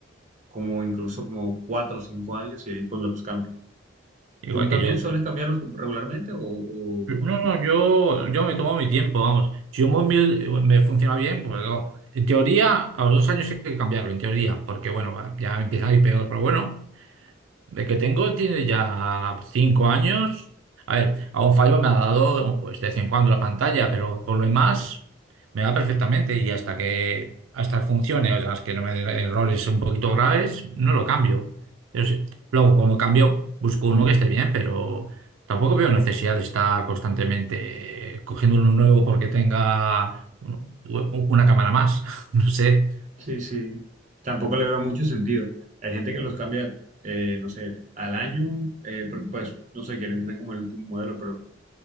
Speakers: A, on the right; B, on the right.
A: como incluso como cuatro o cinco años y ahí cuando los cambio.
B: Igual
A: ¿Tú también
B: que yo.
A: sueles cambiarlos regularmente o, o,
B: No, no, yo, yo me tomo mi tiempo, vamos. Si un móvil eh, me funciona bien, pues no. En teoría, a los dos años hay que cambiarlo, en teoría, porque bueno, va, ya empieza a ir peor, pero bueno, de que tengo tiene ya cinco años. A ver, a un fallo me ha dado pues de vez en cuando la pantalla, pero por lo demás me va perfectamente y hasta que hasta funcione, o sea, es que no me dé errores un poquito graves, no lo cambio. Pero sí, luego cuando cambio busco uno que esté bien, pero tampoco veo necesidad de estar constantemente cogiendo uno nuevo porque tenga uno- una cámara más. <laughs> No sé,
A: Sí, sí. Tampoco le veo mucho sentido. Hay gente que los cambia, eh, no sé, al año, eh, porque pues, no sé, quieren tener como el último modelo, pero